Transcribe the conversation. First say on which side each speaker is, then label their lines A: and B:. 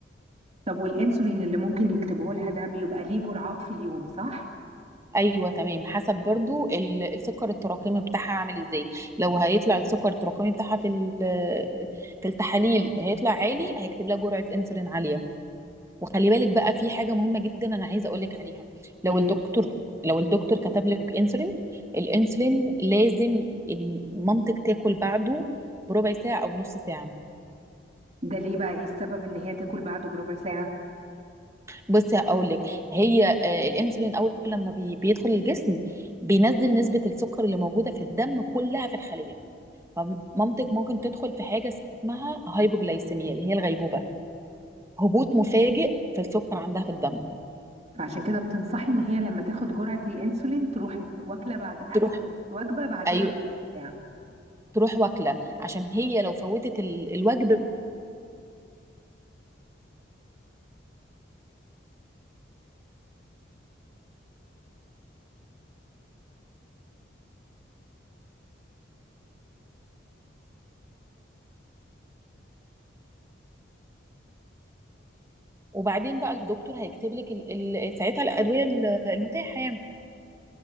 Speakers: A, on the right; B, on the right.
A: طب والانسولين اللي ممكن يكتبه لها ده بيبقى ليه جرعات في اليوم صح
B: ايوه تمام حسب برضو ال- السكر التراكمي بتاعها عامل ازاي لو هيطلع السكر التراكمي بتاعها في ال- في التحاليل هيطلع عالي هيكتب لها جرعه انسولين عاليه وخلي بالك بقى في حاجه مهمه جدا انا عايزه اقول لك عليها لو
A: إيه
B: الدكتور لو الدكتور كتب لك انسولين الانسولين لازم ال- مامتك تاكل بعده بربع ساعه او نص ساعه
A: ده ليه بقى ايه السبب ان هي تاكل بعده بربع ساعه
B: بصي هقول لك هي آه، الانسولين اول لما بي- بيدخل الجسم بينزل نسبه السكر اللي موجوده في الدم كلها في الخليه فمامتك ممكن تدخل في حاجة اسمها هايبوجلايسيميا اللي هي الغيبوبة هبوط مفاجئ في السكر عندها في الدم
A: فعشان كده بتنصحي ان هي لما تاخد جرعه الانسولين تروح واكله بعد أكل
B: تروح
A: وجبه بعديها
B: ايوه
A: بربع ساعه
B: تروح واكله عشان هي لو فوتت ال- الوجبه وبعدين بقى الدكتور هيكتب لك ال... ال... ساعتها الادويه ال- المتاحه يعني